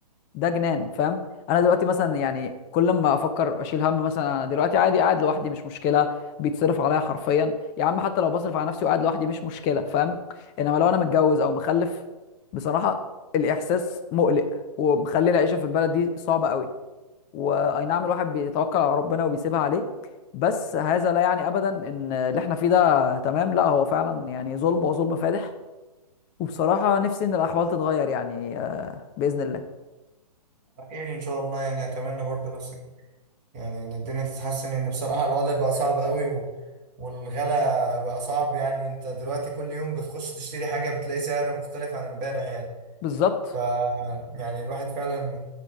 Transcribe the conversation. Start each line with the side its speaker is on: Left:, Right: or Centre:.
Left: ده جنان فاهم انا دلوقتي مثلا يعني كل ما افكر اشيل هم مثلا انا دلوقتي عادي قاعد لوحدي مش مشكله بيتصرف عليا حرفيا يا عم حتى لو بصرف على نفسي وقاعد لوحدي مش مشكله فاهم انما لو انا متجوز او مخلف بصراحه الاحساس مقلق ومخلي العيشه في البلد دي صعبه قوي واي نعم الواحد بيتوكل على ربنا وبيسيبها عليه بس هذا لا يعني ابدا ان اللي احنا فيه ده تمام لا هو فعلا يعني ظلم وظلم فادح وبصراحة نفسي ان الاحوال تتغير يعني آه، باذن الله
Right: خير إن شاء الله يعني أتمنى برضه نفسك يعني إن الدنيا تتحسن لأن بصراحة الوضع بقى صعب قوي و... والغلا بقى صعب يعني أنت دلوقتي كل يوم بتخش تشتري حاجة بتلاقي سعر مختلف عن امبارح يعني
Left: بالظبط
Right: ف يعني الواحد فعلا